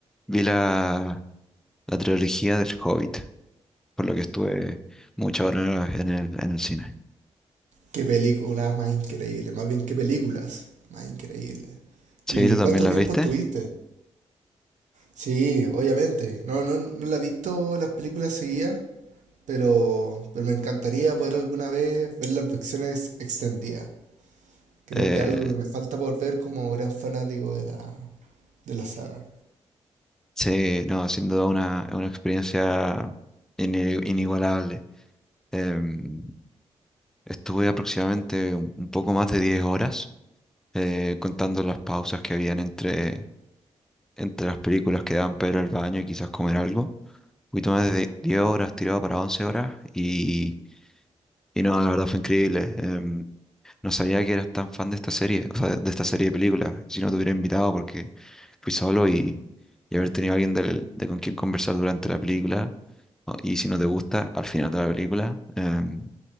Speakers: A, in the centre; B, on the right.
A: vi la, la trilogía del Hobbit, por lo que estuve muchas horas en el, en el cine.
B: Qué película más increíble, más bien qué películas más increíble.
A: Sí,
B: ¿Y
A: ¿tú también
B: cuánto
A: las
B: tiempo
A: viste?
B: estuviste? Sí, obviamente. No, no, no la he visto las películas seguidas, pero, pero me encantaría poder alguna vez ver las versiones extendidas. Creo
A: Eh,
B: que es algo que me falta por ver como gran fanático de la, de la saga.
A: sí, no, sin duda una, una experiencia ine- inigualable. Em, Estuve aproximadamente un, un poco más de diez horas eh, contando las pausas que habían entre, entre las películas que daban para ir al baño y quizás comer algo. Un poquito más de 10 horas tirado para once horas y, y no, la verdad fue increíble. Em, no sabía que eras tan fan de esta serie, o sea, de esta serie de películas. Si no te hubiera invitado porque fui solo y, y haber tenido alguien del- de con quien conversar durante la película. o- Y si no te gusta, al final de la película, em,